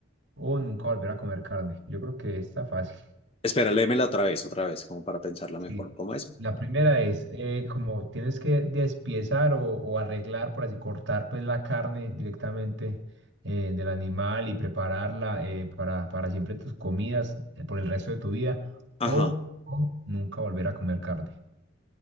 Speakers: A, on the right; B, on the left.
A: o nunca volver a comer carne? Yo creo que está fácil.
B: Espera, léemela otra vez, otra vez, como para pensarla mejor.
A: Sí,
B: ¿Cómo es?
A: la primera es eh, como tienes que despiezar o, o arreglar, por así cortar pues la carne directamente eh, del animal y prepararla eh, para, para siempre tus comidas eh, por el resto de tu vida
B: Ajá.
A: o,
B: <sighs>
A: o nunca volver a comer carne.